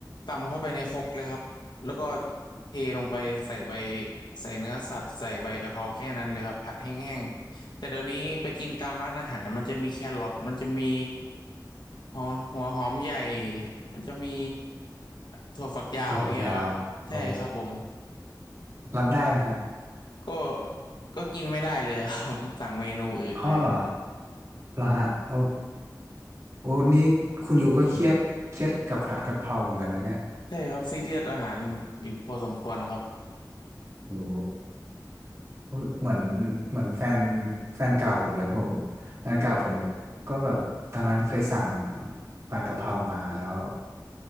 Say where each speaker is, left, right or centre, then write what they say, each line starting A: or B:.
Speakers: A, on the left; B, on the right.
A: ตำเข้าไปในครกเลยครับแล้วก็เทลงไปใส่ใบใส่เนื้อสัตว์ใส่ใบกะเพราแค่นั้นเลยครับผัดแห้งๆแต่เดี๋ยวนี้ไปกินตามร้านอาหารมันจะมีแครอทมันจะมีหัวหัวหอมใหญ่มันจะมีถั่วฝักยาวเงี้ยครับใช่ครับผม
B: ถั่วฝักยาวโอ้รับได้ไหมฮะ
A: ก็ก็กินไม่ได้เลยครับ <laughs> สั่งเมนูอื่นเลย
B: อ้อเหรอเหรอฮะโอ้โอ้นี่คุณยูก็เครียดเครียดกับผัดกะเพราเหมือนกันนะเนี่ย
A: ใช่ครับซีเรียสอาหารอยู่พอสมควรครับ
B: โอ้โอ้เหมือนเหมือนแฟนแฟนเก่าผมเลยผมแฟนเก่าผมก็แบบตอนนั้นเคยสั่งผัดกะเพรามาแล้ว